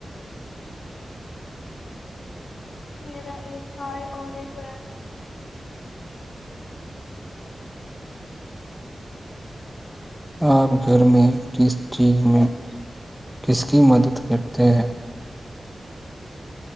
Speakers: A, on the left; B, in the centre.
A: میرا ایک بھائی اور ایک بہن ہے
B: آپ گھر میں کس چیز میں کس کی مدد کرتے ہیں